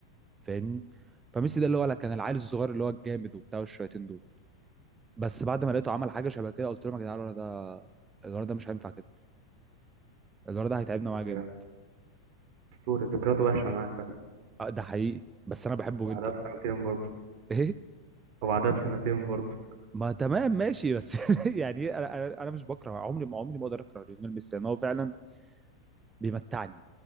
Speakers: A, on the right; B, on the right.
A: فاهمني فميسي ده اللي هو لا كان العيل الصغير اللي هو الجامد وبتاع والشويتين دول بس بعد ما لقيته عمل حاجة شبه كده قلت لهم يا جدعان الولد ده الولد ده مش هينفع كده الولد ده هيتعبنا
B: اسطوري
A: معاه جامد
B: يعني اسطوري ذكرياته وحشه معاك
A: آه، ده حقيقي بس انا بحبه
B: وبعدها
A: جدا
B: بسنتين برضه
A: <laughs> ايه
B: وبعدها بسنتين برضه
A: ما تمام ماشي بس <laughs> يعني إيه، انا انا أنا مش بكره عمري ما عمري ما اقدر اكره ليونيل ميسي لان هو فعلا بيمتعني